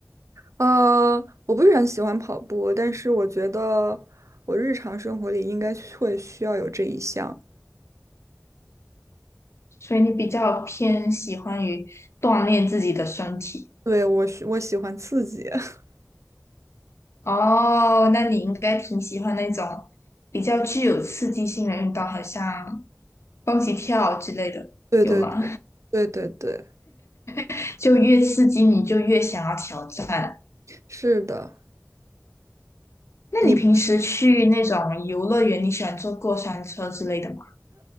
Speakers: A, on the right; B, on the left.
A: 呃，我不是很喜欢跑步，但是我觉得我日常生活里应该会需要有这一项。
B: 所以你比较偏喜欢于锻炼自己的身体
A: 对，我喜我喜欢刺激。<laughs>
B: 哦，那你应该挺喜欢那种比较具有刺激性的运动，好像蹦极跳之类的，
A: 对对对对对对。
B: 有吗？<laughs> 就越刺激你就越想要挑战。
A: 是的，
B: 那你平时去那种游乐园，
A: 你不是
B: 你喜欢坐过山车之类的吗？